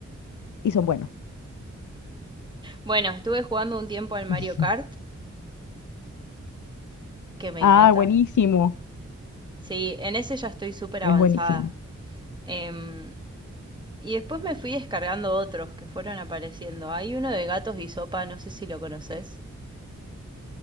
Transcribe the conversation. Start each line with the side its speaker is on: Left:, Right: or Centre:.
Left: y son buenos.
Right: bueno, estuve jugando un tiempo al Mario
Left: <laughs>
Right: Kart, que me
Left: Ah,
Right: encanta.
Left: buenísimo.
Right: Sí, en ese ya estoy súper avanzada.
Left: Es buenísimo.
Right: Em, y después me fui descargando otros que fueron apareciendo. Hay uno de gatos y sopa, no sé si lo conoces.